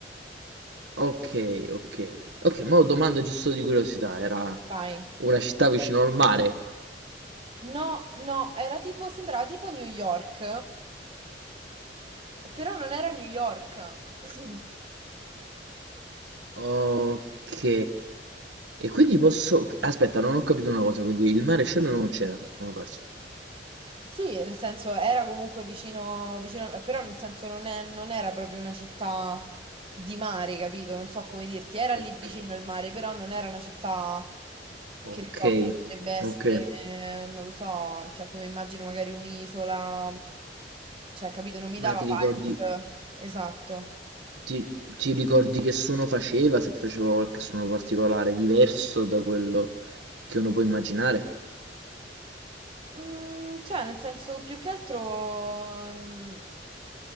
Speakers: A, on the right (about 80°); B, on the right (about 30°).
A: Ok, ok. Ok, ma domanda giusto di curiosità, era
B: Vai.
A: una città vicino al mare.
B: No, no, era tipo, sembrava tipo New York, però non era New York. <laughs>
A: Ok. E quindi posso... Aspetta, non ho capito una cosa, quindi il mare e il cielo non c'era, mi ho perso.
B: Sì, nel senso era comunque vicino, vicino, però nel senso non, è- non era proprio una città di mare, capito? Non so come dirti, era
A: Ok.
B: lì vicino il mare, però non era una città che
A: Ok,
B: ne so, come potrebbe essere,
A: ok.
B: eh, non lo so, cioè come immagino magari un'isola, cioè capito, non mi
A: Ma
B: dava
A: ti ricordi,
B: vibes, esatto.
A: ti, ti ricordi che suono faceva? Se faceva qualche suono particolare, diverso da quello che uno può immaginare?
B: Mm, cioè nel senso più che altro mm,